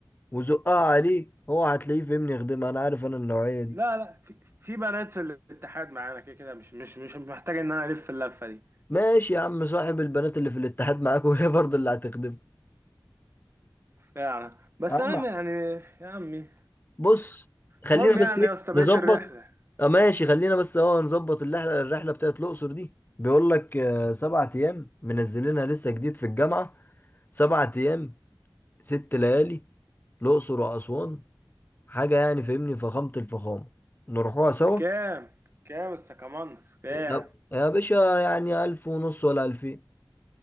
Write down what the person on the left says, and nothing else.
وزقها عليه هو هتلاقيه فاهمني يخدمها انا عارف انا النوعية دي
ماشي يا عم صاحب البنات اللي في الاتحاد معاك وهي برضه اللي هتخدم
أما
بص خلينا
بس
ايه
نظبط
اه ماشي خلينا بس اه نظبط الرحله الرحله بتاعت الاقصر دي بيقول لك آه، سبعة ايام منزلينها لسه جديد في الجامعه سبعة ايام ست ليالي الاقصر واسوان حاجه يعني فاهمني فخامه الفخامه نروحوها سوا
آه، يا باشا يعني الف ونص ولا الفين